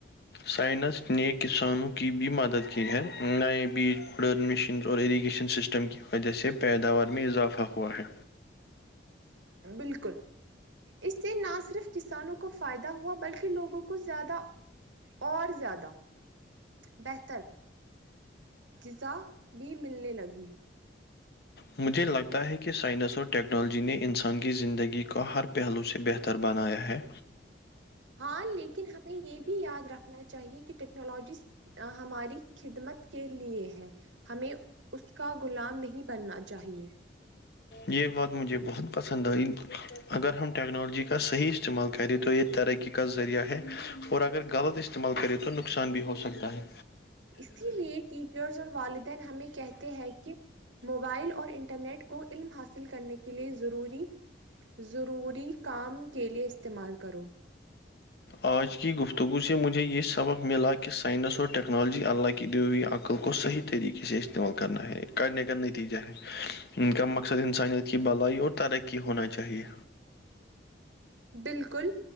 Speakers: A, on the left; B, on the right.
A: سائنس نے کسانوں کی بھی مدد کی ہے نئے بیج بر مشین اور اریگیشن سسٹم کی وجہ سے پیداوار میں اضافہ ہوا ہے
B: بالکل اس سے نہ صرف کسانوں کو فائدہ ہوا بلکہ لوگوں کو زیادہ اور زیادہ بہتر غذا بھی ملنے لگی
A: مجھے لگتا ہے کہ سائنس اور ٹیکنالوجی نے انسان کی زندگی کا ہر پہلو سے بہتر تر بنایا ہے
B: ہاں لیکن ہمیں یہ بھی یاد رکھنا چاہیے کہ ٹیکنالوجیز ہماری خدمت کے لیے ہے ہمیں اس کا غلام نہیں بننا چاہیے
A: یہ بات مجھے بہت پسند آئی اگر ہم ٹیکنالوجی کا صحیح استعمال کریں تو یہ ترقی کا ذریعہ ہے اور اگر غلط استعمال کرے تو نقصان بھی ہو سکتا ہے
B: اسی لیے ٹیچرس اور والدین ہمیں کہتے ہیں کہ موبائل اور انٹرنیٹ کو علم حاصل کرنے کے لیے ضروری ضروری کام کے لیے استعمال کرو
A: آج کی گفتگو سے مجھے یہ سبق ملا کہ سائنس اور ٹیکنالوجی اللہ کی دی ہوئی عقل کو صحیح طریقے سے استعمال کرنا ہے کرنے کا نتیجہ ہے ان کا مقصد انسانیت کی بھلائی اور ترقی ہونا چاہیے
B: بالکل